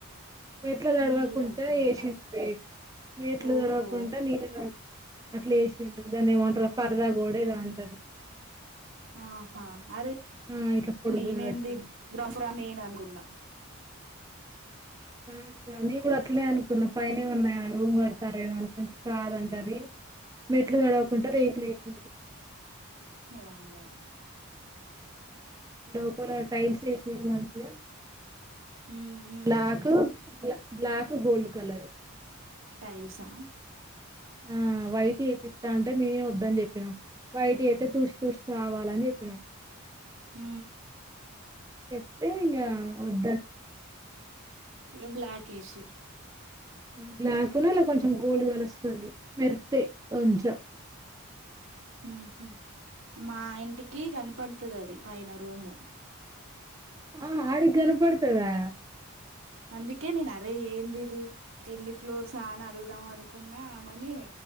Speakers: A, on the right; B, on the right.
A: మెట్లు తొడవకుంటే
B: నీళ్లు కాకుండానా
A: ఏసింట్ లే మెట్లు
B: ఓహో
A: తడవకుండా నీళ్ళు అట్లా వేసి దాన్ని ఏమంటారు పరదా కూడా ఇద అంటారు.
B: ఆహా అరే
A: ఆ ఇట్లా పొడుగ్గా
B: నేనేంది
A: కట్టిండు
B: గ్ర ఫుర నేననుకున్నా
A: అ నేను గుడ అట్లనే అనుకున్నా పైనేమన్నా రూమ్ కడతారేమొనని కాదంట అది మెట్లు కదలకుండా రీప్లేస్
B: ఓ అమ్మో
A: డో పురా టైల్స్ ఏసి తీరు మ చేయా
B: ఉమ్ ఉమ్
A: లాకు ల బ్లాక్ గోల్డ్ కలర్
B: టైల్సా
A: ఆ వైట్ ఎపిత్త అంటే మేమే వద్దని చెప్పినాం వయటి అతే తుడిసి తుడిసి సావలని చెప్పినా
B: హ
A: చెప్తే ఇంకా వద్ద
B: ఇగ బ్లాక్ ఎషిర్రు
A: బ్లాక్ ఉన్నా అలా కొంచెం గోల్డ్ కలుస్తది మెరుస్తయ్ కొంచెం
B: హహ మా ఇంటికి కనపడుతుంది అది పైన రూము
A: ఆ ఆడికి కన్బడత డా
B: అందుకే నేను అరే ఏంది ఇది ఎడి ఫ్లోర్స్ అని అడుగుదామ అనుకున్నామని